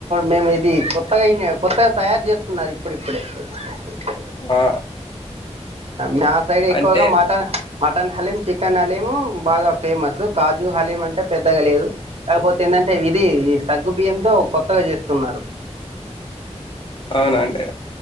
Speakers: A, on the right (about 60°); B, on the left (about 45°).
A: మేము ఇది కొత్తగా అయి కొత్తగా తయారు చేస్తున్నారు ఇప్పుడిప్పుడే <unintelligible>
B: ఆ
A: మా సైడ్ ఎక్కువగా
B: అంటే
A: mutton mutton haleem chicken haleem బాగా ఫేమస్ కాజు హలిం అంటే పెద్దగా లేదు లేకపోతే ఏందంటే ఇది ఈ సగ్గు బియ్యంతో తో కొత్తగా చేస్తున్నారు
B: అవునా అండి